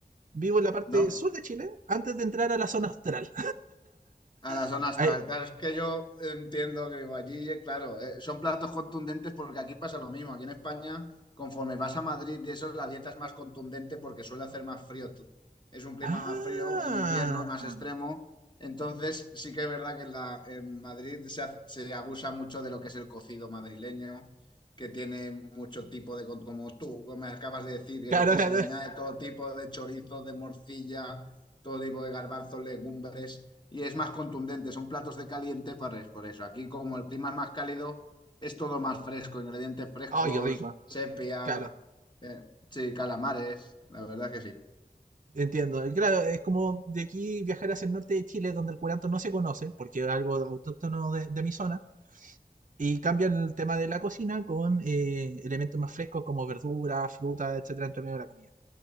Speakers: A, on the right; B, on the left.
A: Vivo en la parte
B: ¿no?
A: sur de Chile antes de entrar a la zona austral.
B: A la zona
A: <laughs>
B: astral, claro, es que yo entiendo que digo, allí, eh, claro, eh, son platos contundentes porque aquí pasa lo mismo. Aquí en España, conforme vas a Madrid y eso, la dieta es más contundente porque suele hacer más frío. Tú- Es un clima
A: Ah,
B: más frío, en invierno es más extremo. Entonces, sí que es verdad que en, la, en Madrid se, ha- se abusa mucho de lo que es el cocido madrileño, que tiene mucho tipo de, con- como tú me acabas de decir, es
A: claro,
B: decir,
A: claro.
B: se le añade todo tipo de chorizos, de morcilla, todo tipo de garbanzos, legumbres y es más contundente, son platos de caliente para es- por eso. Aquí como el clima es más cálido, es todo más fresco, ingredientes frescos,
A: Ay, qué rico.
B: sepia,
A: Claro,
B: eh, sí, calamares, la verdad que sí,
A: entiendo. Y Claro, es como de aquí viajar hacia el norte de Chile, donde el curanto no se conoce, porque es algo autóctono de, de mi zona, y cambian el tema de la cocina con eh, elementos más frescos como verduras, frutas, etcétera, entre medio de la comida.